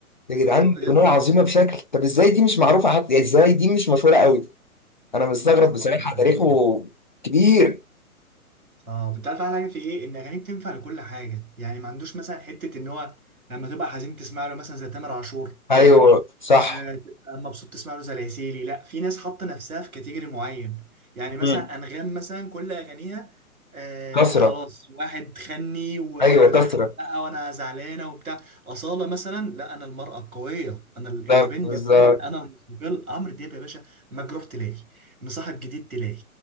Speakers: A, on the right (about 70°); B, on the left (about 35°).
A: بالظبط
B: يا جدعان اغنيه عظيمه بشكل طب ازاي دي مش معروفه حتى يعني ازاي دي مش مشهوره قوي انا مستغرب
A: صعب
B: بصراحه
A: يا جدعان
B: تاريخه كبير
A: اه انت عارف احلى حاجه في ايه ان اغانيه بتنفع لكل حاجه يعني ما عندوش مثلا حته ان هو لما تبقى حزين تسمع له مثلا زي تامر عاشور
B: ايوه
A: فاهم
B: صح
A: آه، تبقى مبسوط تسمع له زي العسيلي لا في ناس حاطه نفسها في كاتيجوري معين يعني مثلا
B: مم.
A: انغام مثلا كل اغانيها آه
B: كسره
A: خلاص واحد خني و-
B: ايوه
A: ونفخني
B: كسره
A: بقى وانا زعلانه وبتاع اصاله مثلا لا انا المراه القويه انا الاندبندنت
B: بالظبط بالظبط
A: وومن، انا المستقل عمرو دياب يا باشا مجروح تلاقي مصاحب جديد تلاقي